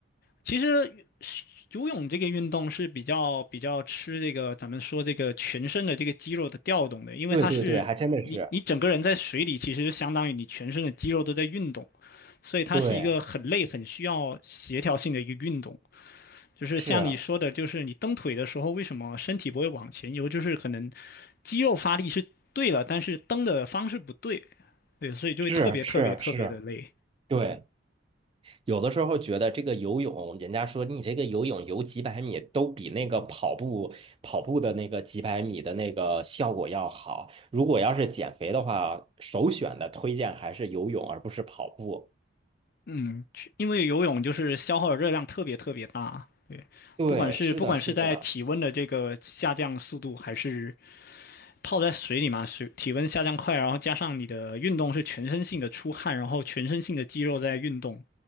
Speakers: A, on the left; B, on the right.
A: 其实游泳这个运动是比较比较吃这个咱们说这个全身的这个肌肉的调动的，因为它是你你整个人在水里，
B: 对对对，还真的是，
A: 其实相当于你全身的肌肉都在运动。所以它是一个很累、
B: 对，
A: 很需要协调性的一个运动。就是像你说的，
B: 是
A: 就是你蹬腿的时候，为什么身体不会往前游？就是可能肌肉发力是对了，但是蹬的方式不对，对，所以就会特别特别特别的累。
B: 是是是，对。有的时候觉得这个游泳，人家说你这个游泳游几百米都比那个跑步跑步的那个几百米的那个效果要好。如果要是减肥的话，首选的推荐还是游泳，而不是跑步。
A: 嗯，去因为游泳就是消耗的热量特别特别大，对，
B: 对，
A: 不管是不管是在体温的这个下降速度，
B: 是的，是的，
A: 还是泡在水里嘛，水体温下降快，然后加上你的运动是全身性的出汗，然后全身性的肌肉在运动，